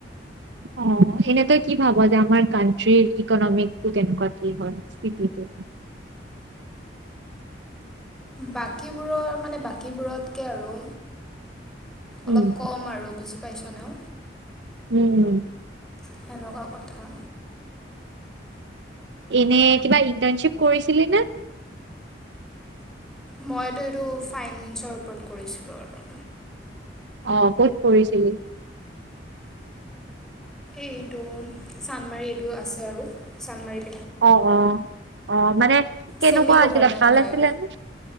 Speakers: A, on the right (about 75°); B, in the centre.
A: অ' সেইনে তই কি ভাব যে আমাৰ কানট্ৰিৰ ইকনমিকটো কেনেকুৱা কি হয় স্ত্ৰীকলি, ত
B: বাকীবোৰৰ মানে বাকীবোৰতকে আৰু অলপ
A: উম
B: কম আৰু বুজি পাইছ ন।
A: উম,
B: সেনেকুৱা কথা।
A: এনে কিবা ইণ্টাৰ্ণশ্বিপ কৰিছিলি নে।
B: মইতো এইটো ফাইনেন্সৰ ওপৰত কৰিছিলোঁ আৰু।
A: অ' ক'ত কৰিছিলি?
B: এইটো চান্দমাৰী এইটো আছে আৰু চান্দমাৰিত।
A: অ-অ-অ, মানে কেনেকুৱা
B: ছেমি গভৰ্ণমেণ্ট
A: আছিলে ভাল
B: হয়
A: আছিলে নে?